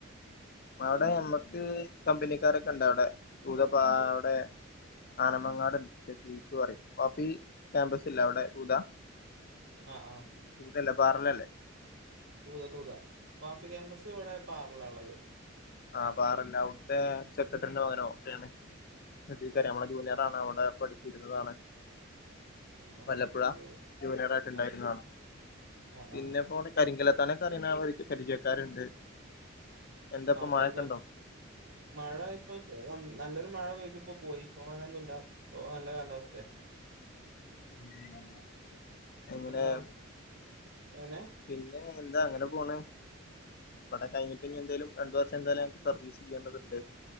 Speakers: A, on the left; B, on the right.
A: അവിടെ നമ്മക്ക് കമ്പനിക്കാരൊക്കെ ഉണ്ട് അവിടെ ചൂതപ്പ അവിടെ ആനമങ്ങാട് <unintelligible> പറയും വഫി ക്യാമ്പസ് ഇല്ല അവിടെ ഉതാ
B: ആ ആ
A: അല്ലേ പാറലല്ലേ
B: തൂത തൂതാ മാഫി ക്യാമ്പസ് ഇവിടെ പാറല ഉള്ളത്
A: ആ് പാറല്ല അവിടുത്തെ സെക്രട്ടറിന്റെ മകനോ ഒെയാണ് ീക്ക നമ്മളെ ജൂനിയർ ആാണ് അവിടെ പഠിച്ചിരുന്നതാണ്
B: ആ ആ
A: വല്ലപ്പുഴ
B: എനിക്ക്
A: ജൂനിയർ ആയിട്ടുണ്ടായിരുന്നതാണ്
B: ആ ആ
A: പിന്നെപ്പോവിടെ
B: ആ ആ
A: കരിങ്കലത്താനൊക്കെ അറണ പരിചയക്കാരുണ്ട് എന്താപ്പൊ
B: ആഹകഴ
A: മഴയൊക്കെ ഉണ്ടോ
B: മഴ ഇപ്പ നല്ല മഴ പെയ്തിപ്പോ പോയി ഇപ്പ മഴയൊന്നല്ല ഇപ്പ നല്ല കാലാവസ്ഥയ
A: <unintelligible>
B: എന്താ എങ്ങനെ
A: പിന്നെ എന്താ അങ്ങനെ പോണ് ഇവിടെ
B: ഉം,
A: കഴിഞ്ഞിപ്പോ ഇനി എന്തേലും രണ്ടു വർഷം എന്തായാലുംക്ക് സർവീസ് ചെയ്യുന്നത്ണ്ട്